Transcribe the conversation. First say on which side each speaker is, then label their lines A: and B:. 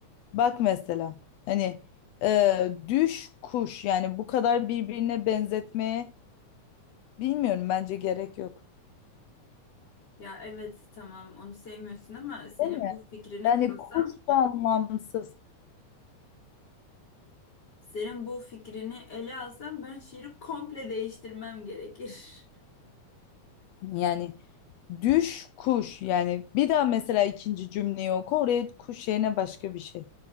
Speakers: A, on the left; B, on the left.
A: Bak mesela hani e, düş kuş yani bu kadar birbirine benzetmeye bilmiyorum bence gerek yok.
B: Ya evet tamam onu sevmiyorsun ama senin
A: Değil mi?
B: bu fikrine
A: Yani
B: kalsam,
A: kuş da anlamsız.
B: senin bu fikrini ele alsam ben şiiri komple değiştirmem gerekir.
A: Yani düş kuş yani bir daha mesela ikinci cümleyi oku oraya kuş yerine başka bir şey.